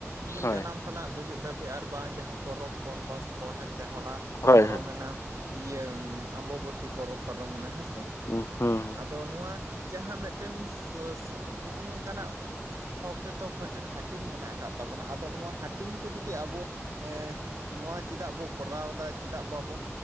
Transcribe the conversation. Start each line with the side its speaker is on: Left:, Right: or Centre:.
Right: ᱮᱢᱚᱱ
Left: ᱦᱳᱭ
Right: ᱡᱟᱱᱟᱢ ᱠᱷᱚᱱᱟᱜᱽ ᱜᱩᱡᱩᱜᱽ ᱫᱷᱟᱹᱵᱤᱡ ᱟᱨ ᱵᱟᱝ ᱡᱟᱦᱟᱸ ᱯᱚᱨᱚᱵᱽ ᱯᱚᱨᱵᱟᱥ ᱠᱚ ᱦᱮᱸ ᱥᱮ ᱦᱚᱞᱟ
Left: ᱦᱳᱭ
Right: ᱯᱚᱨᱚᱢᱮᱱᱟ ᱤᱭᱟᱹ ᱟᱢᱵᱚᱵᱚᱛᱤ ᱯᱚᱨᱚᱵᱽ ᱯᱟᱨᱚᱢᱮᱱᱟ ᱦᱮᱸᱥᱮ ᱛᱮ
Left: ᱦᱩᱸ ᱦᱩᱸ
Right: ᱟᱫᱚ ᱱᱚᱣᱟ ᱡᱟᱦᱟᱸ ᱢᱤᱫᱴᱮᱱ <unintelligible> ᱦᱚᱸᱜᱼᱚ ᱱᱚᱝᱠᱟᱱᱟᱜ ᱛᱷᱚᱠᱮ ᱛᱷᱚᱠ ᱢᱤᱫᱴᱮᱱ ᱦᱟᱹᱴᱤᱧ ᱢᱮᱱᱟᱜ ᱟᱠᱟᱫ ᱛᱟᱵᱚᱱᱟ ᱟᱫᱚ ᱱᱚᱣᱟ ᱦᱟᱹᱴᱤᱧ ᱠᱚ ᱡᱩᱫᱤ ᱟᱵᱚ ᱮᱸ ᱱᱚᱣᱟ ᱪᱮᱫᱟᱜᱽ ᱵᱚ ᱠᱚᱨᱟᱣ ᱫᱟ ᱪᱮᱫᱟᱜ ᱵᱟᱵᱚᱱ